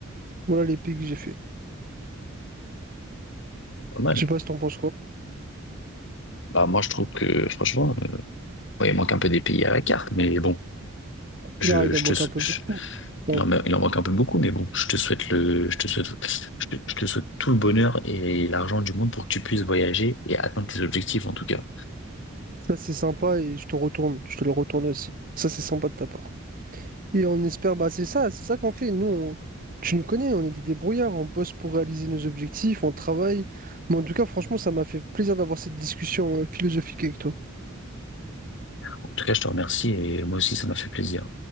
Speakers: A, on the right; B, on the left.
A: Voilà les pays que j'ai fait.
B: Pas mal.
A: Je sais pas si t'en penses quoi.
B: Bah, moi, je trouve que, franchement, Ouais, il manque un peu des pays à la carte, mais bon, je,
A: Là, il
B: je
A: en manque
B: te, sou-
A: un peu
B: je-
A: beaucoup. Bon,
B: il en, ma- il en manque un peu beaucoup, mais bon, je te souhaite le, je te souhaite, je te, je te souhaite tout le bonheur et l'argent du monde pour que tu puisses voyager et atteindre tes objectifs, en tout cas.
A: ça, c'est sympa et je te retourne. Je te le retourne aussi. Ça, c'est sympa de ta part. Et on espère, bah, c'est ça, c'est ça qu'on fait. Nous, on- tu nous connais, on est des débrouillards. On bosse pour réaliser nos objectifs, on travaille. Mais en tout cas, franchement, ça m'a fait plaisir d'avoir cette discussion euh, philosophique avec toi.
B: En tout cas, je te remercie et moi aussi, ça m'a fait plaisir.